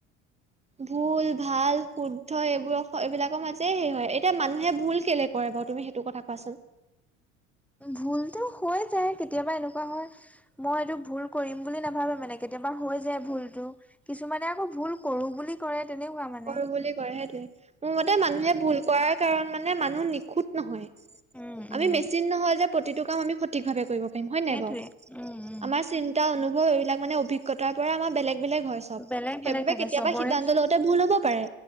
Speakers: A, on the right; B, in the centre.
A: ভুল, ভাল, শুদ্ধ এইবোৰ এইবিলাকৰ মাজেৰে হে হয়। এতিয়া মানুহে ভুল কেলে কৰে বা তুমি সেইটো কথা কোৱাচোন।
B: ভুলতো হৈ যায়। কেতিয়াবা এনেকুৱা হয় মই এইটো ভুল কৰিম বুলি নাভাবে মানে, কেতিয়াবা হৈ যায় ভুলটো। কিছুমানে আকৌ ভুল কৰোঁ বুলি কৰে তেনেকুৱা মা
A: কৰোঁ বুলি কৰে সেইটোয়ে। মোৰ মতে মানুহে ভুল কৰাৰ কাৰন মানে মানুহ নিষোধ নহয়।
B: উম
A: আমি
B: উম
A: মেছিন নহয় যে প্ৰতিটো কাম সঠিক ভাৱে কৰিব পাৰিম। হয়নে
B: সেইটোৱে
A: নাই বাৰু
B: উম উম
A: আমাৰ এটা অনুভৱ এইবিলাক মানে অভিজ্ঞতাৰ পৰা আমাৰ বেলেগ বেলেগ হয় সব
B: বেলেগ
A: সেইবাবে
B: বেলেগ থাকে
A: কেতিয়াবা
B: চবৰে
A: সিদ্ধান্ত লওঁতে ভুল হ'ব পাৰে